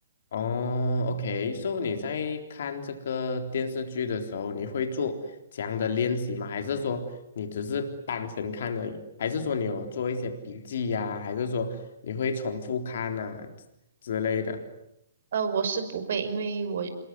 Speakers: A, on the left (about 60°); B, on the right (about 65°).
A: 哦，OK，so 你在看这个电视剧的时候，你会做这样的练习吗？还是说你只是单纯看而已？还是说你有做一些笔记呀、还是说你会重复看啊之之类的？
B: 呃，我是不会，因为我